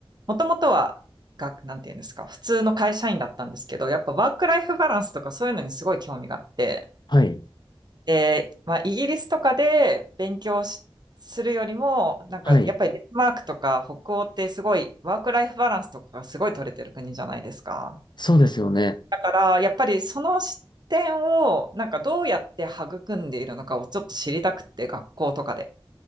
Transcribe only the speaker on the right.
もともとは、が、なんていうんですか、普通の会社員だったんですけど、やっぱワークライフバランスとかそういうのにすごい興味があって、
で、まあ、イギリスとかで勉強し、するよりも、なんかやっぱりデンマークとか北欧ってすごいワークライフバランスとかがすごい取れてる国じゃないですか。
だからやっぱりその視点をなんかどうやって育んでいるのかをちょっと知りたくって学校とかで。